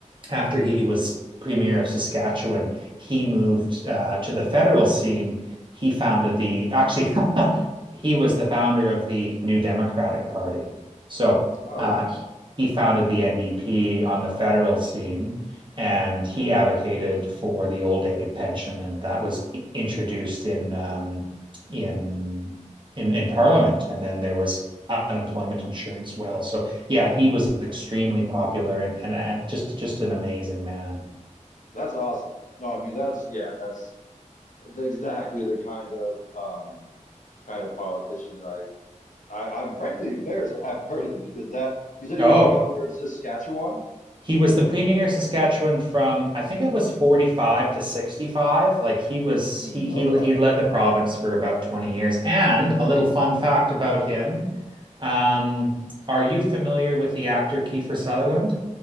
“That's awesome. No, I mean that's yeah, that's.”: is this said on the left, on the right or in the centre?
Left